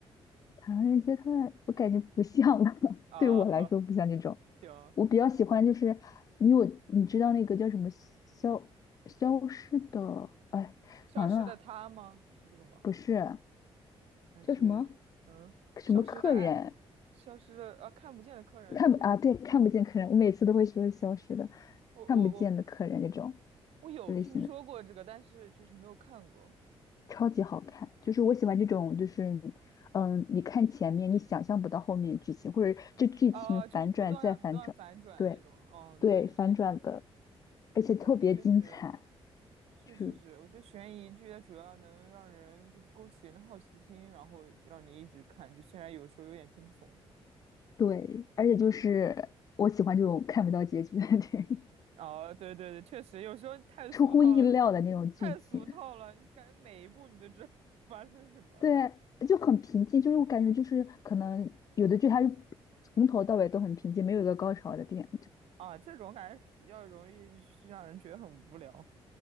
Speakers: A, on the left (about 35°); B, on the right (about 80°).
A: 《唐人街探案》我感觉不像吧 <laughs>
B: 啊、
A: 对我来说不像这种。
B: <laughs> 行，
A: 我比较喜欢就是你有你知道那个叫什么消消失的，哎，
B: 《消失的她》吗？
A: 完了，
B: 是这个吗？
A: 不是
B: 还是嗯，
A: 叫什么什么客人
B: 《消失的爱》，消失的啊，看不见的客人是这个吗？
A: 看不啊？对，看不见客人，我每次都会说消失的，
B: 我我我
A: 看不见的客人这种
B: 我有听说过这个，
A: 类型的。
B: 但是就是没有看过。
A: 超级好看，就是我喜欢这种，就是，嗯，你看前面，你想象不到后面剧情，或者这剧情反转再反转，
B: 啊、就是不断不断反转那种。
A: 对
B: 嗯，
A: 对，
B: 对，
A: 反转的，
B: 是的。
A: 而且特别精彩，
B: 啊，确实。确实是，
A: 就是
B: 我觉得悬疑剧它主要能让人就是勾起人的好奇心，然后让你一直看，就虽然有时候有点惊悚。
A: 对，而且就是我喜欢这种看不到结局的电影
B: 啊，对对对，确实有时候太俗套了，
A: <laughs> 出乎意料的那种剧情，
B: 太俗套了，你感觉每一步你都知道 <laughs> 发生什么
A: 对，就很平静，就是我感觉就是可能有的剧它是从头到尾都很平静，没有一个高潮的点，
B: 啊，这种感觉比较容易是让人觉得很无聊。